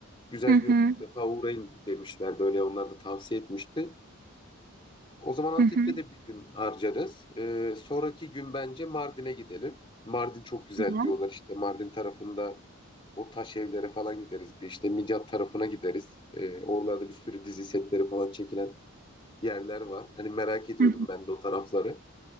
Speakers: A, on the left; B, on the right.
A: Güzel
B: Hı hı
A: diyor mutlaka uğrayın demişlerdi. Öyle onlar da tavsiye etmişti. O zaman Antep'te
B: hı hı.
A: de bir gün harcarız. Ee, sonraki gün bence Mardin'e gidelim. Mardin çok güzel
B: Tamam.
A: diyorlar işte. Mardin tarafında o taş evlere falan gideriz. Bir işte Midyat tarafına gideriz. Ee, oralarda bir sürü dizi setleri falan çekilen yerler var. Hani merak ediyordum
B: Hı
A: ben de o tarafları.